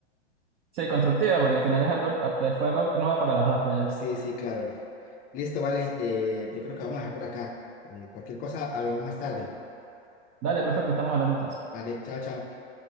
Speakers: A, on the right; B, on the left.
A: Sí, constructivas, porque al final es algo, fue algo nuevo para los dos, creo yo.
B: Sí, sí, claro. Listo, vale. eh, yo creo que vamos a dejar por acá. Eh, cualquier cosa, hablamos más tarde.
A: Dale, perfecto, estamos hablando entonces.
B: Vale, chao, chao.